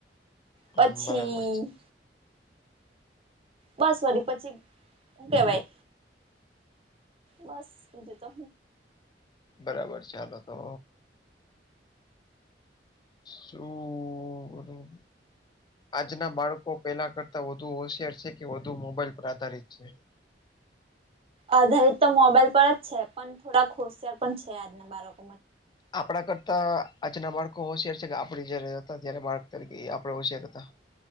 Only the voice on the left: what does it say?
હમ
બરાબર છે
બરાબર ચાલો તો. સુ ઉ. આજના બાળકો પેલા કરતા વધુ હોશિયાર છે કે વધુ મોબાઈલ પર આધારિત છે.
આપડા કરતા અચ ના બાળકો હોશિયાર છે કે આપડી જયારે હતા ત્યારે બાળક તરીકે આપડે હોશિયાર હતા.